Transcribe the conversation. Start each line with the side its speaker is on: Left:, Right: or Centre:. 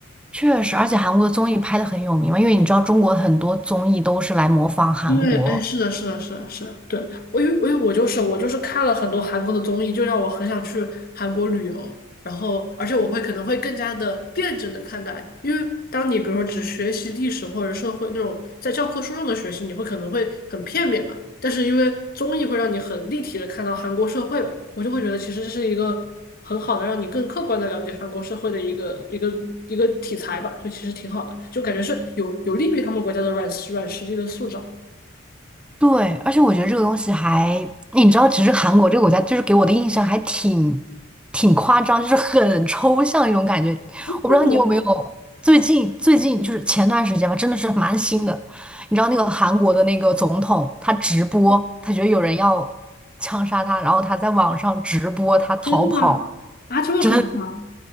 Centre: 确实，而且韩国的综艺拍的很有名嘛，因为你知道中国很多综艺都是来模仿韩国
Left: 因为哎，是的，是的，是的，是的，对，我因为我因为我就是我就是看了很多韩国的综艺，就让我很想去韩国旅游，然后而且我会可能会更加的辩证的看待，因为当你比如说只学习历史或者社会那种在教科书上的学习，你会可能会很片面吧，但是因为综艺会让你很立体的看到韩国社会吧，我就会觉得其实这是一个很好的让你更客观的了解韩国社会的一个一个一个题材吧，就其实挺好的，就感觉是有有利于他们国家的软软实力的塑造。
Centre: 对，而且我觉得这个东西还，你知道，其实韩国这个国家就是给我的印象还挺挺夸张，就是很抽象一种感觉。我不知道你有没有最近最近就是前段时间吧，
Left: 我
Centre: 真的是蛮新的。你知道那个韩国的那个总统，他直播，他觉得有人要枪杀他，然后他在网上直播他逃跑，
Left: 真的吗？啊这么搞笑啊！
Centre: 真的